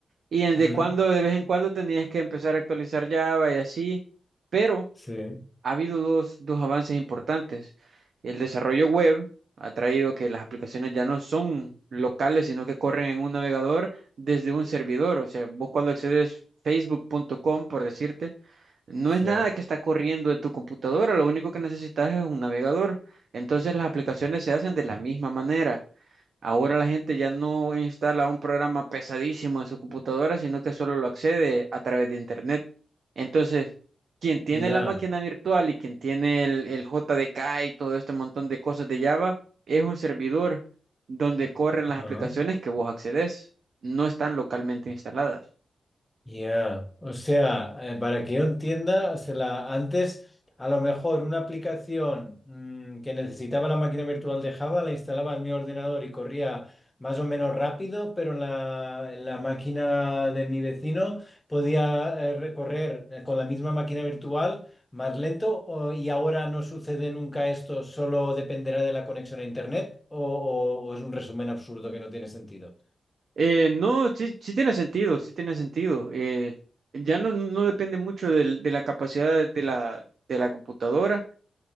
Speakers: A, on the right; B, on the left.
A: Y desde
B: mm,
A: cuando, de vez en cuando tenías que empezar a actualizar Java y así, pero
B: sí,
A: ha habido dos, dos avances importantes. El desarrollo web ha traído que las aplicaciones ya no son locales, sino que corren en un navegador desde un servidor. O sea, vos cuando accedes facebook.com, por decirte, no
B: sí,
A: es nada que está corriendo en tu computadora, lo único que necesitas es un navegador. Entonces las aplicaciones se hacen de la misma manera. Ahora la gente ya no instala un programa pesadísimo en su computadora, sino que solo lo accede a través de Internet. Entonces, quien tiene
B: ya.
A: la máquina virtual y quien tiene el, el JDK y todo este montón de cosas de Java, es un servidor donde corren las aplicaciones
B: ah.
A: que vos accedes. No están localmente instaladas.
B: Ya, O sea, eh, para que yo entienda, se la, antes a lo mejor una aplicación mm, que necesitaba la máquina virtual de Java la instalaba en mi ordenador y corría más o menos rápido, pero la, en la máquina de mi vecino podía eh, recorrer eh, con la misma máquina virtual más lento o- y ahora no sucede nunca esto, solo dependerá de la conexión a Internet o, o- o es un resumen absurdo que no tiene sentido.
A: Eh, no, sí, sí tiene sentido, sí tiene sentido. Eh, ya no, no depende mucho del- de la capacidad de la, de la computadora